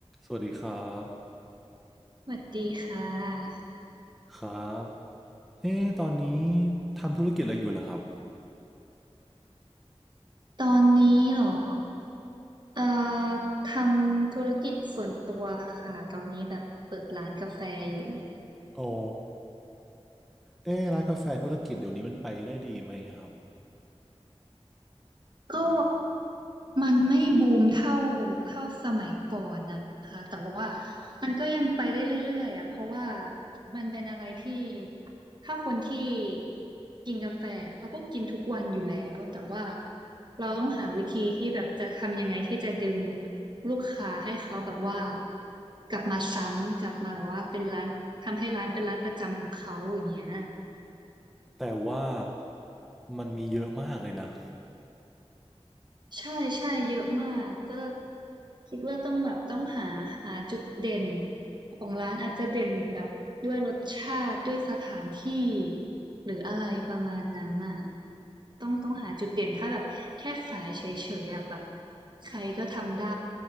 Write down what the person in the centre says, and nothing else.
สวัสดีครับ
ครับเอ๊ะตอนนี้ทำธุรกิจอะไรอยู่เหรอครับ
อ๋อเอ๊ะร้านกาแฟธุรกิจเดี๋ยวนี้มันไปได้ดีไหมครับ
แต่ว่ามันมีเยอะมากเลยนะ